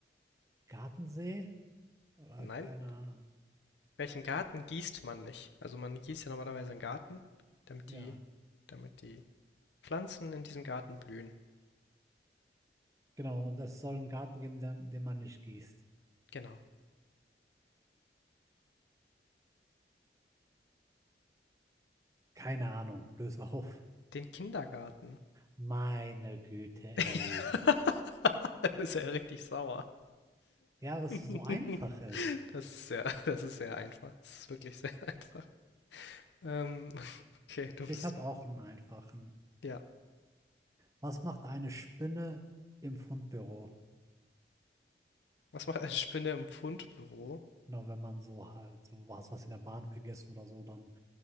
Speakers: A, on the right; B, on the left.
A: Gartensee? Oder
B: Nein.
A: keine Ahnung.
B: Welchen Garten gießt man nicht? Also man gießt ja normalerweise einen Garten, damit
A: Ja,
B: die, damit die Pflanzen in diesem Garten blühen.
A: genau. Und es soll einen Garten geben, der, den man nicht gießt.
B: Genau.
A: Keine Ahnung. Löse auf.
B: Den Kindergarten.
A: Meine Güte, ey.
B: <laughs> Da Ist er richtig sauer.
A: Ja, was
B: <laughs>
A: so einfach ist.
B: Das ist sehr das ist sehr einfach. Das ist wirklich sehr einfach. Ähm, <laughs> okay, du
A: Ich
B: bist
A: habe
B: dran.
A: auch einen einfachen.
B: Ja.
A: Was macht eine Spinne im Fundbüro?
B: Was macht eine Spinne im Fundbüro?
A: Genau, wenn man so halt so was, was in der Bahn vergessen oder so, dann